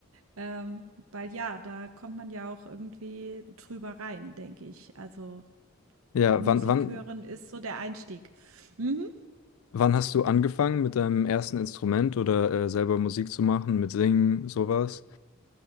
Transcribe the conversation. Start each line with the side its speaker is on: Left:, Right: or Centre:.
Right: Ähm, weil ja, da kommt man ja auch irgendwie drüber rein, denke ich. Also
Left: Ja,
Right: Musik
Left: wann, wann,
Right: hören ist so der Einstieg. Mhm.
Left: wann hast du angefangen mit deinem ersten Instrument oder äh, selber Musik zu machen, mit Singen, sowas?